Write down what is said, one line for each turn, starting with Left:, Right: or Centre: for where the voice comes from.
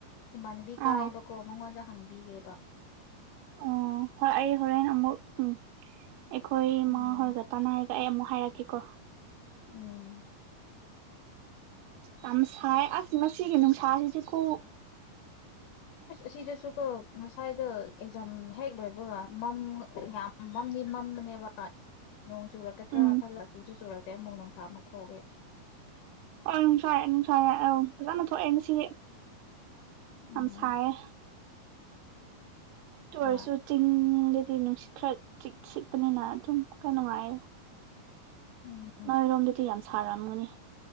Left: ꯏꯃꯥꯟꯅꯕꯤ ꯀꯥꯏꯌꯦꯕꯀꯣ
Right: ꯑꯥ
Left: ꯃꯉꯣꯟꯗ ꯍꯪꯕꯤꯒꯦꯕ
Right: ꯑꯣ ꯍꯣꯏ ꯑꯩ ꯍꯔ ꯑꯃꯨꯛ ꯎ ꯑꯩꯈꯣꯏꯃꯥ
Left: ꯎꯝ
Right: ꯍꯣꯏ ꯦꯇꯥꯅ ꯑꯩ ꯑꯃꯨꯛ ꯍꯥꯏꯔꯛꯀꯦꯀꯣ
Left: ꯎꯝ
Right: ꯌꯥꯝ ꯁꯥꯏ ꯑꯁ ꯉꯁꯤꯒꯤꯦ ꯅꯅꯨꯡ ꯁꯥꯁꯤꯗꯤ ꯀꯣ
Left: ꯁꯤꯁꯨꯁꯨ ꯀꯣ ꯉꯁꯥꯏꯗꯣ ꯑꯦꯛꯖꯥꯝ ꯍꯦꯛ ꯂꯣꯏꯕꯒ ꯃꯝ ꯌꯥꯝ ꯃꯝꯗꯤ ꯃꯝꯕꯅꯦꯕ ꯅꯣꯡ ꯆꯨꯔꯛꯀꯗ꯭ꯔꯥ
Right: ꯎꯝ
Left: ꯈꯜꯂ ꯆꯨꯁꯨ ꯆꯨꯔꯛꯇ꯭ꯔꯦ ꯑꯃꯨꯛ ꯅꯅꯨꯡꯁꯥ ꯑꯃꯨꯛ ꯊꯣꯛꯑꯦ
Right: ꯑꯣ ꯅꯨꯡꯁꯥꯏꯔ ꯅꯨꯡꯁꯥꯏꯔꯦ ꯑꯧ ꯐꯖꯅ ꯊꯣꯛꯑꯦ ꯉꯁꯤ ꯌꯥꯝ
Left: ꯎꯝ
Right: ꯁꯥꯌꯦ ꯑꯗꯨ
Left: ꯍꯣꯏ
Right: ꯑꯣꯏꯔꯁꯨ ꯆꯤꯡꯗꯗꯤ ꯅꯨꯡꯁꯤꯠ ꯈꯔ ꯆꯤ ꯁꯤꯠꯄꯅꯤꯅ ꯑꯗꯨꯝ ꯈꯔꯥ ꯅꯨꯡꯉꯥꯏꯌꯦ
Left: ꯎꯝ
Right: ꯅꯣꯏꯔꯣꯝꯗꯗꯤ ꯌꯥꯝ ꯁꯥꯔꯝꯒꯅꯤ